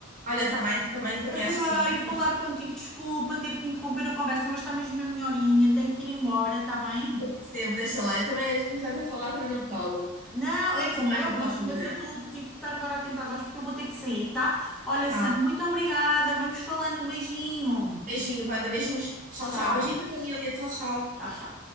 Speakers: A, on the right; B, in the centre.
A: Olha, está bem, também, também
B: Adorei
A: acho que sim, tem
B: falar
A: que ir.
B: contigo. Desculpa ter que interromper a conversa, mas está mesmo na minha horinha. Tenho que ir embora, está bem?
A: Percebo, deixa lá, eu também, começando a falar, também não me calo.
B: Não,
A: Falamos
B: é como
A: mais
B: eu,
A: noutra
B: mas,
A: altura.
B: mas eu tô, tive que estar agora atenta às horas porque eu vou ter que sair, tá? Olha,
A: Tá,
B: Sandra, muito obrigada. Vamos falando. Um beijinho.
A: beijinho, vai dar beijinhos, tchau,
B: Tchau,
A: tchau, beijinho da família,
B: tchau,
A: tchau, tchau.
B: tchau, tchau.